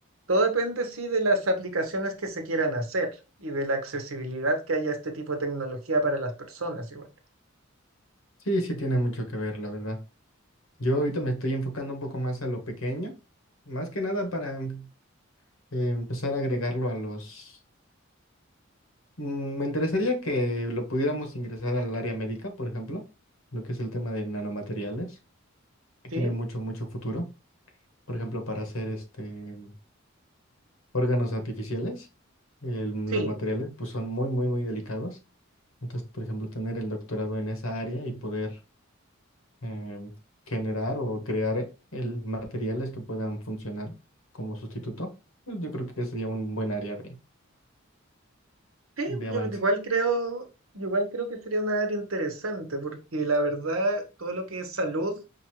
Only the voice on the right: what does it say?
Todo depende, sí, de las aplicaciones que se quieran hacer y de la accesibilidad que haya a este tipo de tecnología para las personas, igual.
Sí,
sí,
sí,
yo
igual creo, igual creo que sería una área interesante, porque la verdad, todo lo que es salud